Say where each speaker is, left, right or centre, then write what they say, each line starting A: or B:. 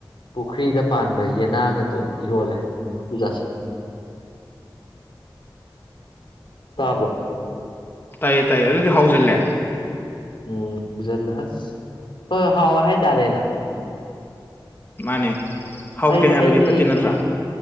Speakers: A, on the left; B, on the left.
A: ꯄꯨꯈ꯭ꯔꯤꯗ ꯄꯥꯟꯕ ꯌꯦꯅꯥꯒꯗꯣ ꯏꯔꯣꯜꯂꯦ ꯖꯥꯁꯤꯟ ꯇꯥꯕ꯭ꯔꯣ
B: ꯇꯥꯏꯌꯦ ꯇꯥꯏꯌꯦ ꯑꯗꯨꯗꯤ ꯍ ꯍꯧꯖꯤꯜꯂꯦ
A: ꯎꯝꯜꯂ ꯑꯁ ꯍꯣꯏꯣꯏ ꯍꯥꯎꯋꯦ ꯍꯥꯏꯇꯥꯔꯦꯅ
B: ꯃꯥꯅꯦ ꯍꯥꯎꯇꯦ
A: ꯑꯩꯗꯤ
B: ꯍꯥꯏꯕꯗꯤ
A: ꯑꯩꯗꯤ
B: ꯐꯠꯇꯦ ꯅꯠꯇ꯭ꯔꯥ
A: ꯀꯩꯅꯣ